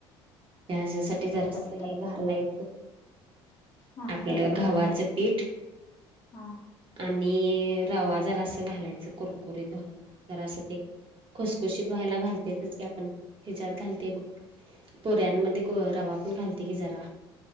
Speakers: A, on the right (about 45°); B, on the left (about 35°).
A: त्याच्यासाठी जरस
B: जात
A: हे घालायचं
B: हा हा
A: आपलं गव्हाचं पीठ
B: हा
A: आणि रवा जरा असं घालायचं कुरकुरीतधुवायला जर असं ते खसखुशीत व्हायला घालतेच की आपण हिजत घालते बघ पोऱ्यांमध्ये रवा पण घालते की जरा